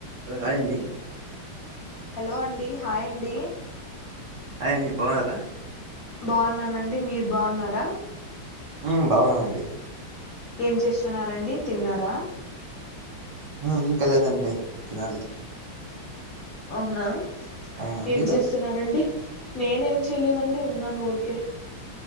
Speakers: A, on the right; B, on the left.
A: హలో హాయ్ అండి
B: హలో అండి హాయ్ అండి
A: హాయ్ అండి బాగున్నారా
B: బాగున్నానండి మీరు బాగున్నారా
A: ఉం బాగున్ననండి
B: ఏం చేస్తున్నారండి తిన్నరా
A: ఆహా ఇంక లేదండి తినాలి
B: అవునా
A: ఆ
B: ఏం
A: మీరు
B: చేస్తున్నారండి నేనేం చేయలేదండి ఉన్నాను ఊరికే